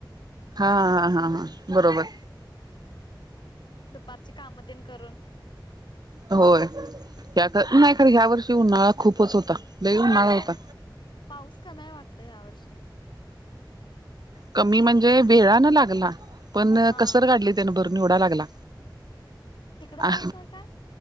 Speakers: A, on the right; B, on the left.
A: हा हा हा हा बरोबर
B: दुपारची कामं ते करून
A: होय नाही खर ह्या वर्षी उन्हाळा खूपच होता लई उन्हाळा
B: हो
A: होता
B: पाऊस कमी वाटत ह्या वर्षी
A: कमी म्हणजे वेळा न लागला पण
B: हा
A: कसडली त्यान भरून निवडा लागला
B: तिकडं
A: आ
B: पाऊस आहे काय